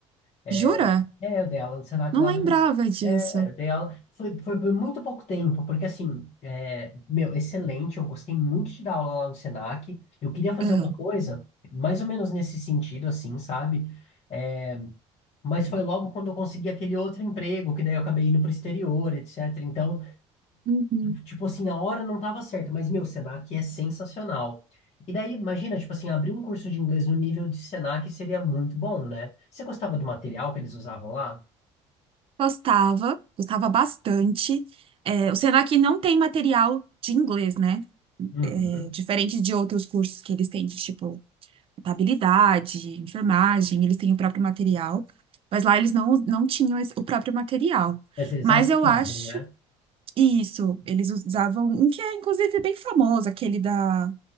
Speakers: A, on the left (about 50°); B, on the right (about 40°).
A: É,
B: Jura?
A: é, eu dei aula no Senac
B: Não
A: lá
B: lembrava
A: do MS.
B: disso.
A: É, eu dei aula. Foi, foi por muito pouco tempo, porque assim, é, meu, excelente, eu gostei muito de dar aula lá no Senac. Eu queria fazer
B: Aham.
A: uma coisa mais ou menos nesse sentido, assim, sabe? É, Mas foi logo quando eu consegui aquele outro emprego, que daí eu acabei indo pro exterior, etc. Então,
B: Uhum.
A: tipo assim, a hora não tava certa, mas meu, Senac é sensacional. E daí, imagina, tipo assim, abrir um curso de inglês no nível de Senac seria muito bom, né? Você gostava do material que eles usavam lá?
B: Gostava, gostava bastante. É, o Senac não tem material de inglês, né?
A: Uhum.
B: É, diferente de outros cursos que eles têm, de, tipo, contabilidade, enfermagem, eles têm o próprio material. Mas lá eles não, não tinham esse- o próprio material.
A: Mas eles
B: Mas
A: adotavam,
B: eu acho
A: né?
B: que isso, eles usavam um que é, inclusive, bem famoso, aquele da,